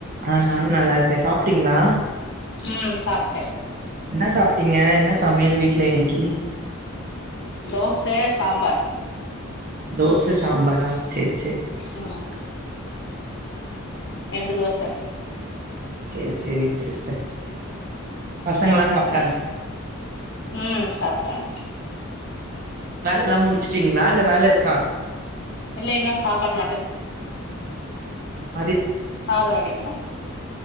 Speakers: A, on the right; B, on the left.
A: ஆ நானு நல்லா இருக்க சாப்ட்டிங்ளா
B: ம் சாப்ட்டே
A: என்ன சாப்ட்டிங்க என்ன சமையல் வீட்ல இன்னைக்கு
B: தோச சாம்பார்
A: தோச சாம்பாரா செர்
B: ம் ரண்டு தோச
A: செரி செரி சிஸ்டர் பசங்க எல்லா சாப்பு
B: ம் சாப்டாங்க
A: வேலை எல்லா முடிச்சுட்டிங்ளா இல்ல வேல இருக்கா
B: இல்ல இன்னு சாப்பாடு
A: உம்
B: சாத வடிக்கணு